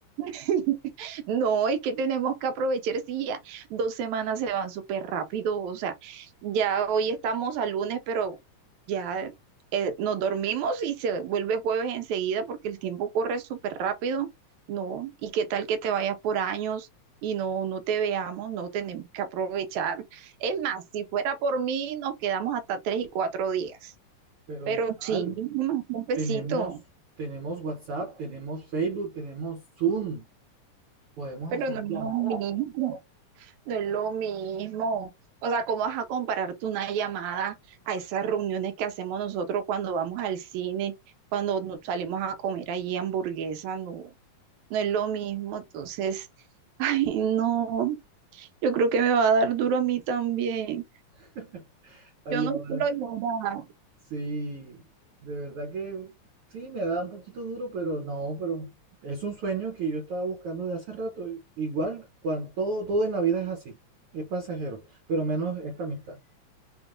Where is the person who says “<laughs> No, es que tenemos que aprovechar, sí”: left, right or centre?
Right